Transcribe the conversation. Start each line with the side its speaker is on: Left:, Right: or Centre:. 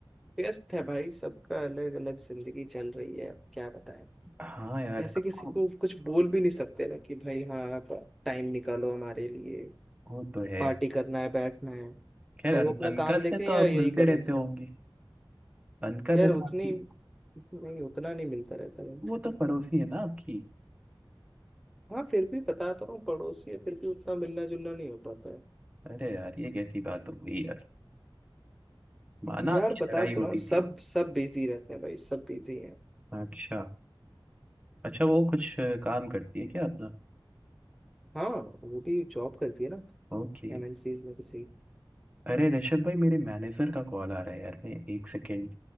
Centre: व्यस्त है भाई सबका अलग अलग जिंदगी चल रही है अब क्या बताएं
Right: हाँ यार
Centre: ऐसे
Right: सबको
Centre: किसी को कुछ बोल भी नहीं सकते ना कि भाई हाँ आप टाइम निकालो हमारे लिए
Right: वो तो है
Centre: पार्टी करना है बैठना है
Right: खैर
Centre: और
Right: अन,
Centre: वो अपना
Right: अनका
Centre: काम देखें
Right: से तो
Centre: या
Right: आप
Centre: यही
Right: मिलते
Centre: करें
Right: रहते होंगे अनका
Centre: यार
Right: से तो
Centre: उतनी
Right: आपकी
Centre: नहीं उतना नहीं मिलता रहता है
Right: वो तो पड़ोसी है ना आपकी
Centre: हाँ फिर भी बता तो रहा हूँ पड़ोसी है फिर भी उतना मिलना जुलना नहीं हो पाता है
Right: अरे यार ये कैसी बात हो गई यार माना आपकी
Centre: यार बता
Right: लड़ाई
Centre: तो
Right: होती
Centre: रहा हूँ सब
Right: थी
Centre: सब बिजी रहते हैं भाई सब बिजी हैं
Right: अच्छा अच्छा वो कुछ अ, काम करती है क्या अपना
Centre: हाँ वो भी जॉब करती है ना
Right: ओके
Centre: एमएनसीज में किसी
Right: अरे ऋषभ भाई मेरे मैनेजर का कॉल आ रहा है यार मैं एक सेकेंड